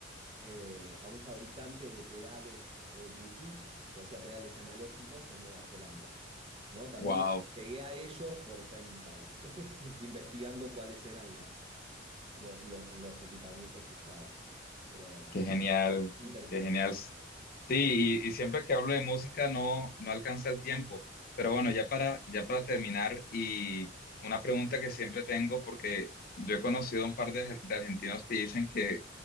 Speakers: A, on the right; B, on the left.
A: eh, a un fabricante de pedales eh, boutique que hacía pedales analógicos en Nueva Zelanda. ¿No? También
B: Wow.
A: llegué a ellos por Time Impala, <laughs> investigando cuáles eran las, lo- lo- los equipamientos que usaban, ¿no? Pero
B: Qué genial,
A: muy interesante.
B: qué genial. Sí, y, y siempre que hablo de música no, no alcanza el tiempo. Pero bueno, ya para, ya para terminar, y una pregunta que siempre tengo, porque yo he conocido un par de, de argentinos que dicen que,